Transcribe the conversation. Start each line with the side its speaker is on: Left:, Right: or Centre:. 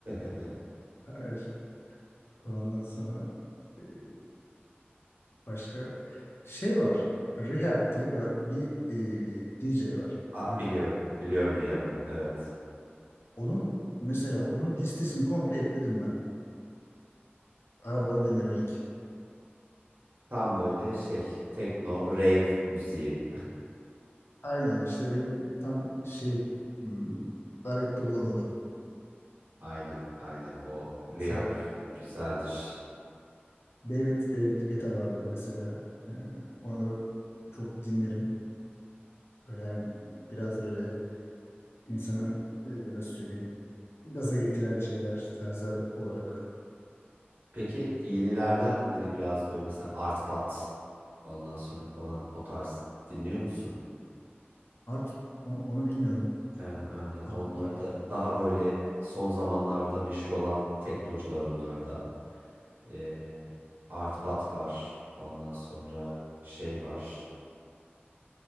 Right: <laughs>
Left: Hayır. Ondan sonra e, başka şey var. Rehab diye bir, bir e, DJ var.
Right: Aa,
Left: Rehab.
Right: biliyorum. Biliyorum Rehab'ı. Evet.
Left: Onun mesela onun listesini komple ekledim ben. Arabada dinlemelik.
Right: Tam böyle şey tekno rave müziği.
Left: Aynen işte benim tam şeyim. hmm, Arayıp da bulamadım.
Right: Aynen. Aynen. O Rehab
Left: Mesela
Right: güzeldir.
Left: David David Guetta vardır mesela. Ee, ona da çok dinlerim. Öyle hani biraz böyle insanı e, nasıl söyleyeyim gaza getiren şeyler tarzlar olarak.
Right: Peki yenilerden hani biraz böyle mesela Art Bat ondan sonra falan o tarz dinliyor musun?
Left: Art on- onu bilmiyorum.
Right: Ee, aynen.
Left: Art
Right: Onlar
Left: pop.
Right: da daha böyle son zamanlarda meşhur olan teknocular onlar da. Ee, Art Bat var. Ondan sonra şey var.